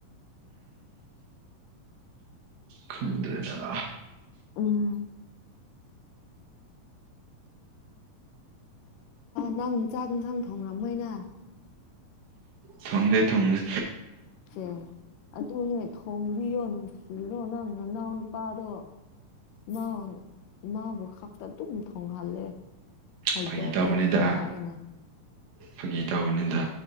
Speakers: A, on the right (about 70°); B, on the left (about 80°).
A: <inaudible> ꯈꯪꯗꯔꯦꯗ
B: ꯎꯝ ꯅꯪ ꯆꯥꯛꯁꯥꯡ ꯊꯣꯡꯉꯝꯃꯣꯏꯅ
A: ꯊꯣꯡꯗꯦ ꯊꯣꯡꯗꯦ
B: ꯑꫭ ꯑꯗꯨ ꯊꯣꯡꯕꯤꯌꫭ ꯅꯣ ꯅꯪ ꯅ ꯅꯅꯥꯎ ꯅꯨꯄꯥꯗꯣ ꯅꯅꯥꯎ ꯅꯅꯥꯎꯕꯨ ꯈꯛꯇ ꯑꯗꯨꯝ ꯊꯣꯡꯍꯜꯂꯦ ꯍꯥꯏꯗꯣꯛꯀꯦ
A: ꯐꯒꯤ ꯇꯧꯕꯅꯤꯗ
B: ꯌꯨꯝꯗ ꯑꯩꯅ
A: ꯐꯒꯤ ꯇꯧꯕꯅꯤꯗ